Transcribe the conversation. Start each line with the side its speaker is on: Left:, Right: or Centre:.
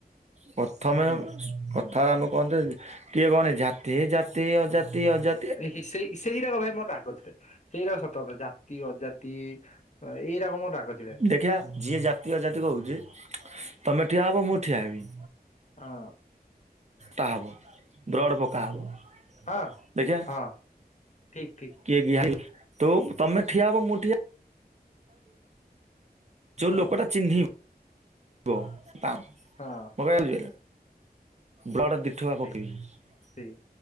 Right: ପ୍ରଥମେ
Left: ହୁଁ
Right: ପ୍ର ଥର ଆମେ କହନ୍ତେ କିଏ କଣ ଜାତି ଜାତି ଅଜାତି ଅଜା
Left: ଏ ସେଇ ସେଇଟାକ ଭାଇ ମୋର ରାଗଚିଡେ। ସେଇଟାକ ସତ କଥା ଜାତି ଅଜାତି ଏଇରକମ ରାଗ ଚିଡେ।
Right: ଦେଖିଆ ଯିଏ ଜାତି ଅଜାତି କହୁଛି ତମେ ଠିଆ ହବ ମୁଁ ଠିଆ ହେବି।
Left: ହଁ।
Right: ବାପ ବ୍ରଡ଼ ପକା ହବ।
Left: ହଁ
Right: ଦେଖିଆ
Left: ହଁ ଠିକ ଠିକ।
Right: କିଏ ତ ତମେ ଠିଆବ ମୁଠିଆ ହେବି। ଯୋଉ
Left: ହଁ
Right: ଲୋକଟା ଚିହ୍ନିବ କହ ତା
Left: ହଁ
Right: ମ କଛି ବ୍ଲଡ଼ ଉଠୁଆ ପକେଇବି
Left: ସେଇ ସେଇ